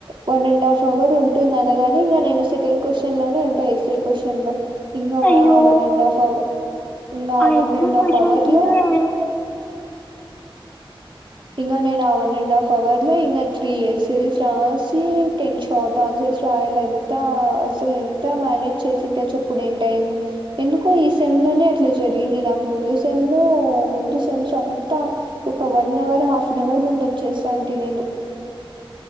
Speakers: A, on the right (about 60°); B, on the left (about 15°).
A: one and half hour ఉంటుంది అనగా ఇంగ నేను సెకండ్ క్వశ్చన్లోనే ఉంటా ఎస్సే క్వశ్చన్లో ఇంగ
B: అయ్యో
A: వా ఆ వన్ అండ్ హఫ్ అవ ఇంగ ఆ వన్
B: ఎక్కువ
A: అండ్ హాఫ్
B: క్వశ్చన్స్
A: అవర్లో
B: ఉంటే
A: ఇంగ నేను ఆ వన్ అండ్ హాఫ్ అవర్ లో ఇంకా త్రీ ఎస్సేస్ రాసి టెన్ షార్ట్ ఆన్సర్స్ రాయాలం ఎంత అసలు ఎంత మేనేజ్ చేసింట చెప్పు నేను టైం ఎందుకో ఈ సెమ్ లోనే అట్లా జరిగింది నాకు ముందు సెమ్ లో ముందు సెమ్స్ అంతా ఒక one hour half an hour ముందు వచ్చేస్తంటి నేను